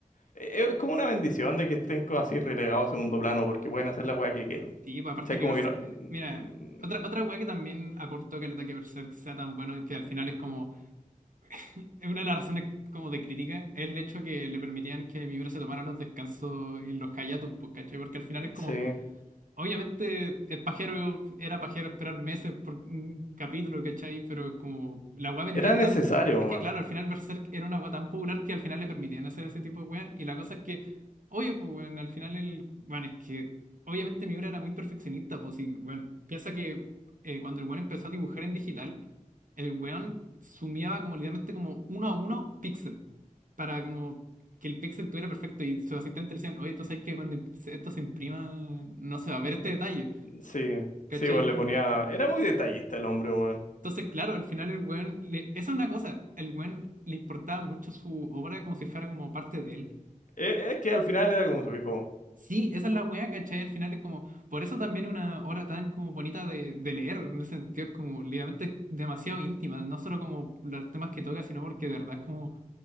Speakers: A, on the left; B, on the right.
A: eh, es como una bendición de que estén co- así relegados a segundo plano, porque pueden hacer la weá que quieran.
B: Sí, pues,
A: ¿Cachai?
B: aparte
A: Como
B: que, Berserk-
A: que no, mm,
B: mira, otra, otra weá que también aportó caleta que el ataque Berserk sea tan bueno, que al final es como es una de las razones como de crítica, es el hecho que le permitían que Miura se tomara los descansos y los hiatus, pues, ¿cachai? Porque al final es como,
A: sí,
B: Obviamente es pajero, era pajero esperar meses por un capítulo, ¿cachai? Pero como la weá vendía
A: era necesario,
B: tan... Es que claro, al final Berserk era una weá tan popular que al final le permitían hacer ese tipo de weá. Y la cosa es que, oye, pues bueno, al final el... Bueno, es que obviamente Miura era muy perfeccionista, pues y bueno, piensa que eh, cuando el weón empezó a dibujar en digital, el weón sumiaba como literalmente como uno a uno píxel para como que el Pixel tuviera perfecto y sus asistentes le decían, oye, tú sabes que cuando se- esto se imprima no se va a ver este detalle,
A: Sí,
B: ¿cachai?
A: sí, bueno, le
B: Como-
A: ponía. Era muy detallista el hombre, weón.
B: Entonces, claro, al final el weón, le- esa es una cosa, el weón le importaba mucho su obra como si fuera como parte de él.
A: E- Es que al final era como su hijo.
B: Sí, esa es la weá, ¿cachai? Al final es como, por eso también es una obra tan como bonita de, de leer, en ese sentido es como literalmente es demasiado íntima, no solo como los temas que toca, sino porque de verdad es como